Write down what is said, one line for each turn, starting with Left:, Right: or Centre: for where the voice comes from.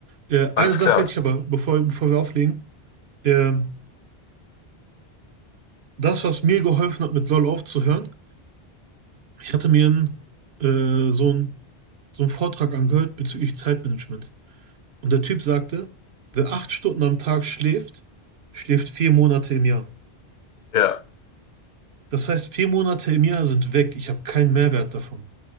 Right: Äh, eine
Left: alles
Right: Sache
Left: klar.
Right: hätte ich aber, bevor, bevor wir auflegen. Ähm, das, was mir geholfen hat, mit LOL aufzuhören, Ich hatte mir einen, äh, so einen, so einen Vortrag angehört bezüglich Zeitmanagement. Und der Typ sagte, wer acht Stunden am Tag schläft, schläft vier Monate im Jahr.
Left: Ja,
Right: Das heißt, vier Monate im Jahr sind weg. Ich habe keinen Mehrwert davon.